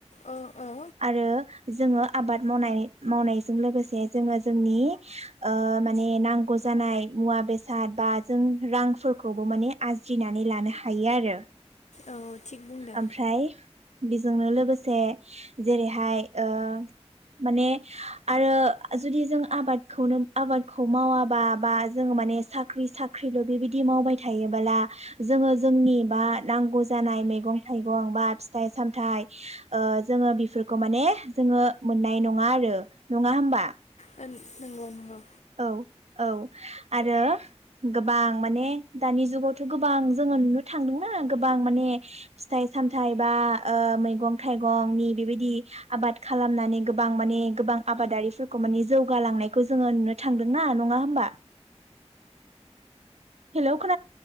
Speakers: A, on the left (about 85°); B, on the right (about 70°).
A: औ औ
B: आरो जोङो आबाद मावनाय मावनायजों लोगोसे जोङो जोंनि ओ माने नांगौ जानाय मुवा बेसाद बा जों रांफोरखौबो माने आज्रिनानै लानो हायो आरो
A: औ थिग बुंदों
B: ओमफ्राय बेजोंनो लोगोसे जेरैहाय ओ माने आरो जुदि जों आबादखौनो आबादखौ मावाबा बा जोङो माने साख्रि साख्रिल' बेबायदि मावबाय थायोबोला जोङो जोंनि बा नांगौ जानाय मैगं थाइगं बा फिथाइ सामथाय ओ जोङो बि फोरखौ माने जोङो मोननाय नङा आरो नङा होमबा?
A: नंगौ नंगौ
B: औ औ आरो गोबां माने दानि जुगावथ' गोबां जोङो नुनो थांदोंना गोबां माने फिथाइ सामथाइ बा ओ मैगं थाइगंनि बेबायदि आबाद खालामनानै गोबां माने गोबां आबादारिफोरखौ माने जौगालांनायखौ जोङो नुनो थांदों ना नङा होमबा? हेल'खोन